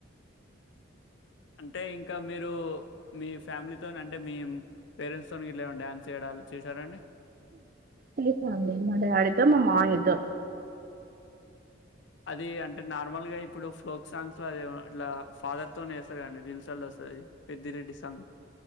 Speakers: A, on the left (about 65°); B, on the right (about 45°).
A: అంటే ఇంకా మీరు మీ ఫ్యామిలీతో అంటే మీ పేరెంట్స్ తోని గిట్లాఏమన్నా డ్యాన్స్ చేయడాలు చేశారండి
B: చేసా అండి మా డాడీతో మా మాయ్యతో
A: అది అంటే నార్మల్ గా ఇప్పుడు ఫోక్ సాంగ్స్ లో అది ఇట్లా ఫాదర్ తోనే వేస్తారు కదా అండి రెల్స్ లల్లా వస్తది పెద్ది రెడ్డి సా సంగ్